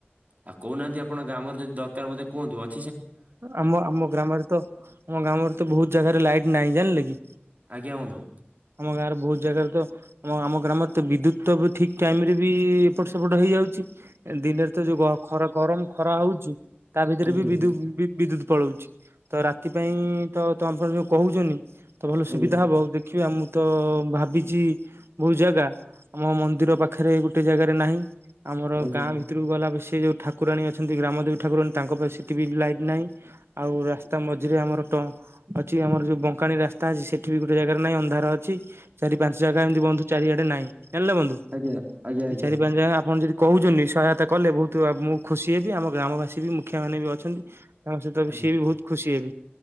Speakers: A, on the right (about 40°); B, on the right (about 75°).
A: ଆଉ କହୁନାହାନ୍ତି ଆପଣ ଗ୍ରାମରେ ଯଦି ଦରକାର ମତେ କୁହନ୍ତୁ ଅ
B: ଆମ ଆମ ଗ୍ରାମରେ ତ ଆମ ଗ୍ରାମରେ ତ ବହୁତ ଜାଗାରେ ଲାଇଟ ନାହିଁ, ଜାଣିଲେ କି।
A: ଆଜ୍ଞା ବନ୍ଧୁ।
B: ଆମ ଗାଁରେ ବହୁତ ଜାଗାରେ ତ ଆମ ଆମ ଗ୍ରାମରେ ତ ବିଦ୍ୟୁତ ତ ଠିକ ଟାଇମ ରେ ବି ଏପଟ ସେପଟ ହେଇ ଯାଉଚି। ଦିନରେ ତ ଯୋଉ ଖରା ଗରମ ଖରା ହଉଚି। ତା ଭିତରେ
A: ଆଜ୍ଞା
B: ବିଦ୍ୟୁ ବି ବିଦ୍ୟୁତ୍ ପଳଉଚି। ତ ରାତି ପାଇଁ ତ ତମପର ଯୋ କହୁଛନ୍ତି ତ ଭଲ ସୁବିଧା
A: ଆଜ୍ଞା
B: ହବ ଦେଖ ଦେଖିବା ମୁଁ ତ ଭାବିଛି ବହୁତ ଜାଗା ଆମ ମନ୍ଦିର ପାଖରେ ଗୋଟେ ଜାଗାରେ ନାହିଁ। ଆମର
A: ଆଜ୍ଞା ଆଜ୍ଞା
B: ଗାଁ ଭିତରକୁ ଗଲା ପସି ସେ ଯେଉଁ ଠାକୁରାଣୀ ଅଛନ୍ତି ଗ୍ରାମଦେବ ଠାକୁରାଣୀ ତାଙ୍କ ପାଇଁ ସଟିଭି ଲାଇଟ ନାହିଁ। ଆଉ ରାସ୍ତା ମଝିରେ ଆମର ତ ଅଛି ଆମର ଯୋଉ ବଙ୍କାନୀ ରାସ୍ତା ଅଛି ସେଠି ବି ଗୋଟେ ଜାଗାରେ ନାଇଁ ଅନ୍ଧାର ଅଛି। ଚାରି ପାଞ୍ଚ ଜାଗା ଏମତି ବନ୍ଦ ଚାରିଆଡେ ନାଇଁ। ଜାଣିଲେ ବନ୍ଧୁ
A: ଆଜ୍ଞା ଆଜ୍ଞା
B: ଏଇ
A: ଆଜ୍ଞା।
B: ଚାରି ପାଞ୍ଚ ଜାଗା ଆପଣ ଯଦି କହୁଚନ୍ତି ସହାୟତା କଲେ ବହୁତ ମୁଁ ଖୁସି ହେବି ଆମ ଗ୍ରାମବାସୀ ବି ମୁଖିଆ ମାନେ ବି ଅଛନ୍ତି ତାଙ୍କ ସହିତ ତ
A: ଆଜ୍ଞା।
B: ସିଏ ବି ବହୁତ ଖୁସି ହେବେ,